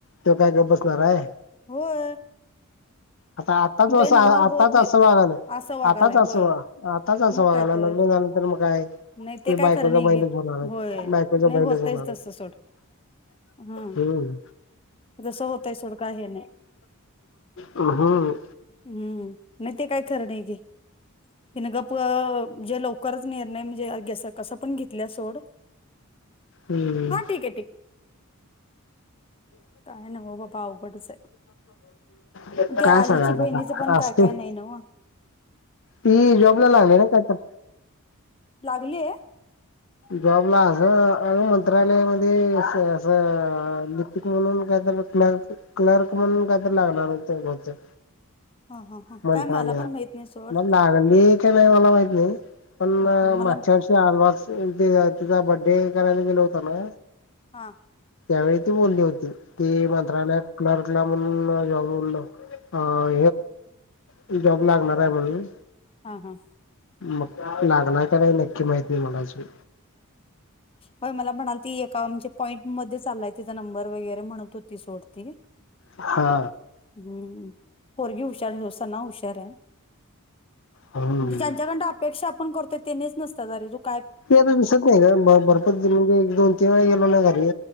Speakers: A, on the left; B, on the left.
A: तो काय गप्प बसणार आहे.
B: हो.
A: आता आताच असं
B: नव
A: आताच
B: होत नाहीत
A: असं वागालय,
B: असं वागालाय
A: आताच
B: होय
A: असं आताच असं
B: मग काय
A: लग्न
B: तर
A: झाले नंतर. तर मग काय ते,
B: नाही काय
A: बायकोचा
B: खरं नाही
A: बैलेच
B: गे
A: होणार
B: होय
A: बायकोचा
B: नाही
A: बैलेच
B: होतयच
A: होणार.
B: तसं सोड हा
A: हम्म.
B: जसं होतय सोड काय हे नाही
A: हम्म.
B: हम्म. नाही ते काय खरं नाही घे, तिने गप जे लवकरच निर्णय. नाही म्हणजे, घ कस पण घेतल्या सोड.
A: हम्म.
B: हा ठीक आहे ठीक आहे काय नव्ह बाबा अवघडच आहे.
A: काय
B: त्या आरीची
A: सांगायचं
B: बहिणीचं
A: आता
B: पण
A: असते
B: काय काय नाही नव.
A: ती जॉबला लागली ना कायतर.
B: लागलीये?
A: जॉबला असं मंत्रालय मध्ये असं असं. म्हणून काय तर क्ल- क्लर्क, म्हणून काय तर लागणार होती बहुतेक.
B: हा हा हा
A: मंत्रालयात
B: काय मला पण माहित नाही सोड
A: मग लागली. नाही मला माहित नाही, पण
B: हा हा मला
A: मागच्या वर्षी आलमास. तिचा बड्डे करायला गेलो होतो ना.
B: हा.
A: त्यावेळी ती बोलली होती, की मंत्रालयात क्लर्कला म्हणून जॉबवर लावतो. अं.. हे जॉब लागणार आहे म्हणून.
B: हा हा.
A: मग लागणार का नाही नक्की माहित नाही मला अजून.
B: व्हय मला म्हणालती एका म्हणजे पॉईंटध्ये चाललाय, तीचा नंबर वगैरे म्हणत ती सोडते.
A: हा
B: हम्म, पोरगी हुशार <unintelligible> सना हुशार हाय.
A: हम्म
B: म्हणजे ज्यांच्याकडंनं अपेक्षा आपण करतो, तेनेच नुसता <unintelligible>
A: ते आता दिसत नाही गं, बर <unintelligible> म्हणजे एक दोन तीन वेळा गेलो ना घरी,